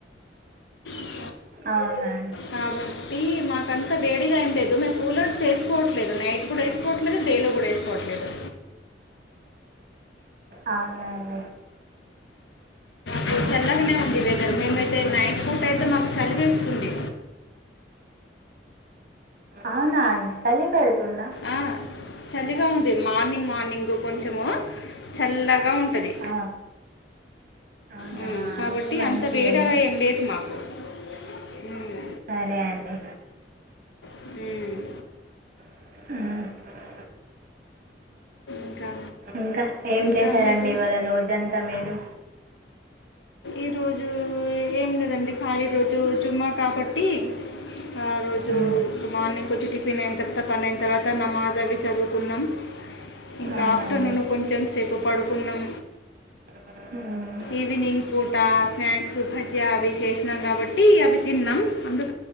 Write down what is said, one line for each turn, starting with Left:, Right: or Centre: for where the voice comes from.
Left: ఆ,
Right: అవునా అండి
Left: కాబట్టి మాకంత వేడిగా ఏం లేదు మేము కూలర్స్ వేసుకోవట్లేదు నైట్ కూడా వేసుకోవట్లేదు డే కూడా వేసుకోవట్లేదు
Right: అవునా అండి
Left: నాకు చల్లగానే ఉంది వీధేర్ మేమైతే నైట్ పూట అయితే మాకు చలివేస్తుంది
Right: అవునా చలి పెడుతుందా
Left: ఆ, చలిగా ఉంది మార్నింగ్ మార్నింగ్ కొంచము చల్లగా ఉంటది
Right: ఆ అవునా
Left: హ్మ్ కాబట్టి
Right: అయితే మంచిదే
Left: అంత వేడగా
Right: మీ
Left: ఏం లేదు మాకు హ్మ్
Right: సరే అండి
Left: హ్మ్
Right: ఆ
Left: ఇంకా
Right: ఇంకా ఏం
Left: ఇంకా
Right: చేశారండి
Left: మీకు
Right: ఇవాళ రోజంతా మీరు
Left: ఈరోజు ఏం లేదండి ఖాళీ రోజు చుమ్మా కాబట్టి ఆ రోజు
Right: ఉమ్.
Left: మార్నింగ్ కొచ్చి టిఫిన్ అయిన తర్వాత పని అయిన తర్వాత నామాజ్ అవి చదువుకున్నాం ఇంకా
Right: అవునా
Left: ఆఫ్టర్నూన్
Right: అండి
Left: కొంచం సేపు పడుకున్నాం
Right: హ
Left: ఈవినింగ్ పూట స్నాక్స్ భజియా అవి చేసినాం కాబట్టి అవి తిన్నాం అందు